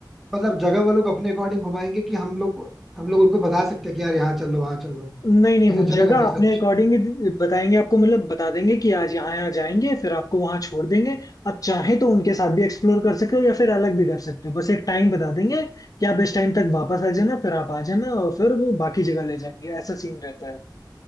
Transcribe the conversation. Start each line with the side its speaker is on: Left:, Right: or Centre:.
Centre: मतलब जगह वो लोग अपने अकॉर्डिंग घुमाएंगे कि हम लोग हम लोग उनको बता सकते हैं कि यार यहाँ चल लो वहाँ चल लो
Left: नहीं नहीं
Centre: ऐसा
Left: वो जगह
Centre: चलेगा क्या
Left: अपने
Centre: सजेशन
Left: अकॉर्डिंग बताएंगे आपको मतलब बता देंगे कि आज यहाँ यहाँ जाएंगे फिर आपको वहाँ छोड़ देंगे आप चाहें तो उनके साथ भी एक्सप्लोर कर सकते हो या फिर अलग भी कर सकते हो बस एक टाइम बता देंगे कि आप इस टाइम तक वापस आ जाना फिर आप आ जाना और फिर वो बाकी जगह ले जाएंगे ऐसा सीन रहता है